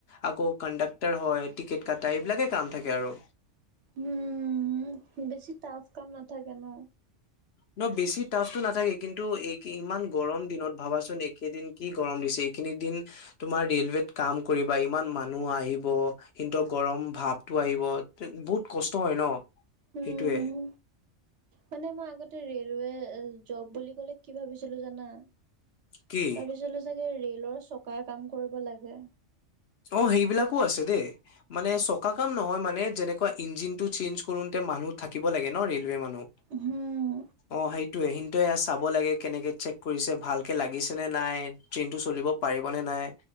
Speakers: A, on the left; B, on the right.
A: আকৌ কণ্ডাক্টাৰ হয়, টিকেট কটা এইবিলাকে কাম থাকে আৰু।
B: উম, বেছি টাফ কাম নাথাকে ন?
A: ন বেছি টাফটো নাথাকে কিন্তু এই ইমান গৰম দিনত ভাবাচোন একেদিন কি গৰম দিছ- তোমাৰ ৰে'লৱেত কাম কৰিবা ইমান মানুহ আহিব কিন্তু গৰম ভাব টো আহিব বহুত কষ্ট হয় ন
B: উম,
A: সেইটোৱে।
B: মানে মই আগতে ৰেলৱে জব বুলি ক'লে কি ভাবিছিলো জানা?
A: কি
B: ভাবিছিলো চাগে ৰে'লৰ চকাৰ কাম কৰিব লাগে।
A: অ সেইবিলাকো আছে দেই মানে চকা কাম নহয় মানে, যেনেকুৱা ইঞ্জিনটো চেঞ্জ কৰোতে মানুহ থাকিব লাগে ন ৰে'লৱে মানুহ‌।
B: উম,
A: অ সেইটোৱে এ চাব লাগে কেনেকে চেক কৰিছে ভালকে লাগিছে নে নাই ট্ৰেইনটো চলিব পাৰিব'নে নাই?